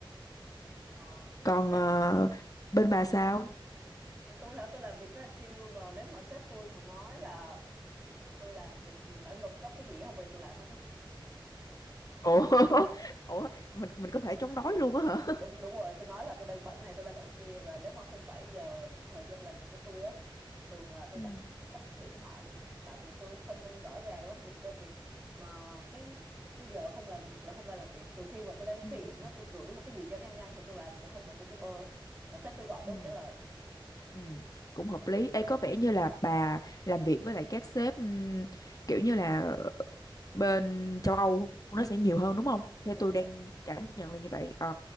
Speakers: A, on the right (about 20°); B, on the left (about 45°).
A: ờ
B: Còn
A: Dạ.
B: ờ, bên bà sao?
A: tôi hả tôi làm việc rất là chill mà nếu mà sếp tôi mà nói là tôi làm việc mà phải nộp gấp cái gì á, không bao giờ tôi làm hết á
B: ủa <laughs> ủa mình mình có thể chống đói luôn á hả
A: đúng đúng rồi tôi nói là tôi đang bận này tôi đang bận kia và nếu mà không phải giờ thời gian làm việc của tôi á thường
B: <laughs>
A: là tôi
B: Ừ.
A: tắt tắt điện thoại luôn tại vì tôi phân minh rõ ràng lắm việc ra việc mà cái cái giờ không làm việc là không ra làm việc trừ khi mà tôi đang
B: ừ
A: tiện á tôi gửi một cái gì cho nhanh nhanh thì tôi làm tôi không mà tôi sẽ bơ rồi sếp tôi gọi
B: Ừ.
A: tôi không trả lời
B: Ừ, cũng hợp lý. Ê, có vẻ như là bà làm việc với lại các sếp ừm, kiểu như là bên châu Âu nó sẽ nhiều hơn đúng không?
A: đúng
B: Theo tôi
A: rồi
B: đang cảm nhận là như vậy. Ờ,